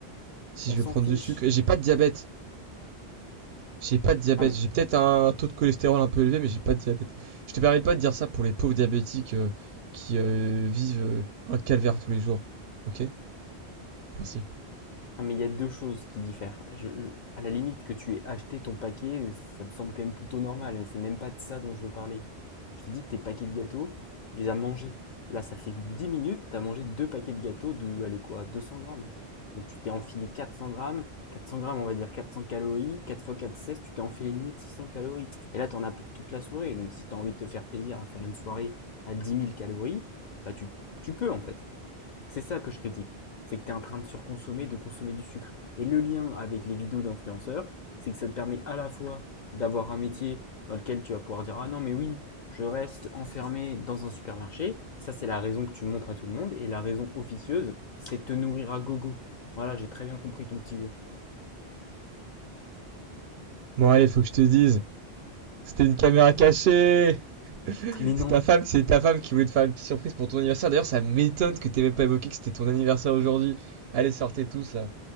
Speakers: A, on the right (about 70°); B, on the left (about 55°).
A: Si
B: On
A: je
B: s'en
A: veux prendre
B: fiche.
A: du sucre. Et j'ai pas de diabète. J'ai pas de diabète.
B: Ah, mais
A: J'ai peut-être un taux de cholestérol un peu élevé, mais j'ai pas de diabète. Je te permets pas de dire ça pour les pauvres diabétiques euh, qui euh, vivent euh, un calvaire tous les jours. Ok? Merci.
B: Ah, mais il y a deux choses qui diffèrent. Je, je- à la limite que tu aies acheté ton paquet, ça me semble quand même plutôt normal, mais c'est même pas de ça dont je veux parler. Je te dis que tes paquets de gâteaux, tu les as mangés. Là, ça fait 10 minutes, tu as mangé deux paquets de gâteaux de, allez quoi, 200 grammes. Donc tu t'es enfilé quatre cents grammes, 400 grammes, on va dire 400 calories, 4 fois 4 16, tu t'es enfilé 1600 calories. Et là, tu en as pour toute la soirée. Donc si tu as envie de te faire plaisir à faire une soirée à dix mille calories, bah tu, tu peux en fait. C'est ça que je critique. C'est que tu es en train de surconsommer, de consommer du sucre. Et le lien avec les vidéos d'influenceurs, c'est que ça te permet à la fois d'avoir un métier dans lequel tu vas pouvoir dire Ah non, mais oui, je reste enfermé dans un supermarché. Ça, c'est la raison que tu montres à tout le monde. Et la raison officieuse, c'est de te nourrir à gogo. Voilà, j'ai très bien compris ton petit jeu.
A: Bon allez, faut que je te dise. C'était une caméra cachée!
B: Mais non.
A: C'est ta femme, c'est ta femme qui voulait te faire une petite surprise pour ton anniversaire. D'ailleurs, ça m'étonne que t'aies même pas évoqué que c'était ton anniversaire aujourd'hui. Allez, sortez tous là.